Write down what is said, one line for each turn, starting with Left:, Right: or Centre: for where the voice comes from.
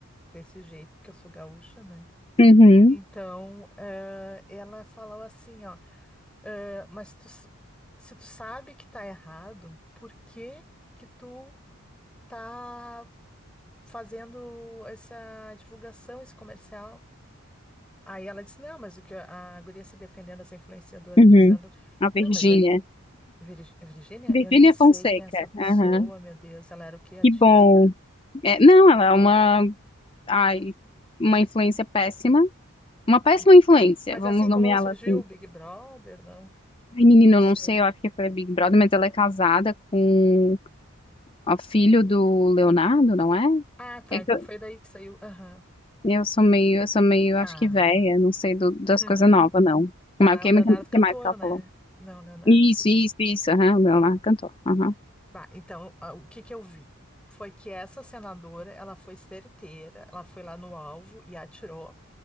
Centre: desse jeito, porque eu sou gaúcha, né?
Left: Uhum,
Centre: Então, ah, ela falou assim, ó, ah, mas tu, s- se tu sabe que tá errado, por que que tu tá. fazendo essa divulgação, esse comercial. Aí ela disse, não, mas o que a guria se defendendo, essa influenciadora,
Left: uhum.
Centre: dizendo,
Left: A
Centre: não,
Left: Virgínia.
Centre: mas é Vir- é Virgínia,
Left: Virgínia
Centre: eu nem sei
Left: Fonseca.
Centre: quem é essa pessoa,
Left: Aham.
Centre: meu Deus, ela era o quê, artista?
Left: Que bom. É, não, ela é uma, ai, uma influência péssima. Uma péssima
Centre: Hum,
Left: influência,
Centre: Mas
Left: vamos
Centre: assim
Left: nomeá-la
Centre: como ela surgiu,
Left: assim.
Centre: Big Brother, não,
Left: Ai, menino,
Centre: não sei.
Left: eu não sei, eu acho que foi a Big Brother, mas ela é casada com ó, filho do Leonardo, não é?
Centre: Ah, tá,
Left: É
Centre: então
Left: que eu,
Centre: foi daí que saiu, aham,
Left: eu sou meio, eu sou meio,
Centre: tá.
Left: acho que velha, não sei do- das
Centre: <laughs>
Left: coisas novas, não.
Centre: Tá,
Left: Mas o que,
Centre: o Leonardo
Left: o
Centre: cantor,
Left: que mais que ela
Centre: né?
Left: falou?
Centre: Não, Leonardo
Left: Isso,
Centre: eu sei quem
Left: isso,
Centre: é.
Left: isso, aham, o Leonardo cantou. Aham.
Centre: Bah, então, ah, o que que eu vi? Foi que essa senadora, ela foi certeira, ela foi lá no alvo e atirou.